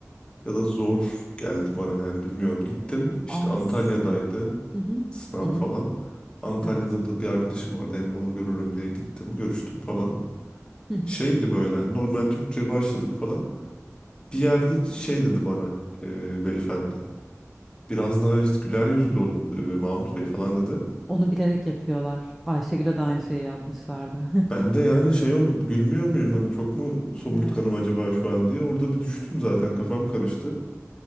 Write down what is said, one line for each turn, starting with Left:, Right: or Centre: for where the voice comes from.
Left: Ya da zor geldi bana yani bilmiyorum. Gittim işte
Centre: Aslında
Left: Antalya'daydı
Centre: hı hı.
Left: sınav
Centre: Hı hı.
Left: falan. Antalya'da
Centre: Evet.
Left: da bir arkadaşım vardı. Hem onu görürüm diye gittim. Görüştüm falan
Centre: Hı hı.
Left: şeydi böyle hani normal Türkçe başladık falan. bir yerde şey dedi bana e, beyefendi. Biraz daha işte güler yüzlü olun e, Mahmut Bey falan dedi.
Centre: Onu bilerek yapıyorlar. Ayşegül'e de aynı şeyi yapmışlardı. <laughs>
Left: Ben de yani şey oldum gülmüyor muyum hani çok mu somurtkanım
Centre: Evet.
Left: acaba şu an diye. Orada bir düştüm zaten kafam karıştı.